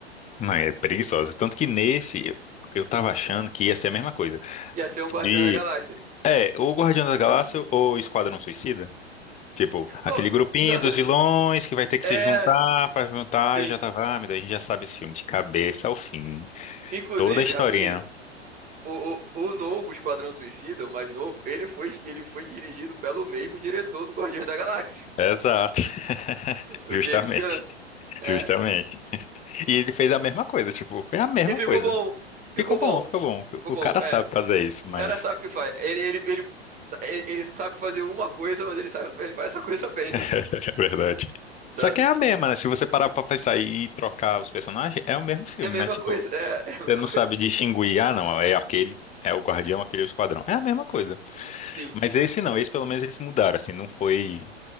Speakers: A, on the left; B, on the right.
A: Não, é preguiçosa. Tanto que nesse, eu, eu tava achando que ia ser a mesma coisa.
B: Ia ser um Guardião
A: De,
B: da Galáxia.
A: é, ou Guardião
B: <laughs>
A: da Galáxia ou Esquadrão Suicida. Tipo, aquele
B: Bom,
A: grupinho
B: não-
A: dos vilões que vai ter que
B: é,
A: se juntar pra juntar.
B: sim.
A: Eu já tava, ah, meu Deus, a gente já sabe esse filme de cabeça ao fim.
B: Inclusive,
A: Toda a historinha.
B: rapidinho, o, o, o novo Esquadrão Suicida, o mais novo, ele foi, ele foi dirigido pelo mesmo diretor do Guardião da Galáxia,
A: Exato. <laughs>
B: <laughs> o
A: Justamente.
B: James Gunn. É.
A: Justamente. E ele fez a mesma coisa, tipo, foi a mesma
B: E ficou
A: coisa.
B: bom, ficou
A: Ficou bom,
B: bom,
A: ficou bom.
B: ficou
A: O
B: bom,
A: cara
B: é.
A: sabe fazer isso,
B: O
A: mas.
B: cara sabe o que faz. Ele, ele, ele, ele, ele sabe fazer uma coisa, mas ele sabe, ele faz essa coisa bem,
A: <laughs> É verdade.
B: <laughs> sabe?
A: Só que é a mesma, né? Se você parar pra pensar e trocar os personagens, é o mesmo filme,
B: É a mesma
A: né? Tipo,
B: coisa, é, <laughs> é a mesma
A: você não
B: coisa.
A: sabe distinguir, ah, não, é aquele, é o Guardião, aquele é o Esquadrão. É a mesma coisa.
B: Sim,
A: Mas esse não, esse pelo menos eles mudaram, assim, não foi.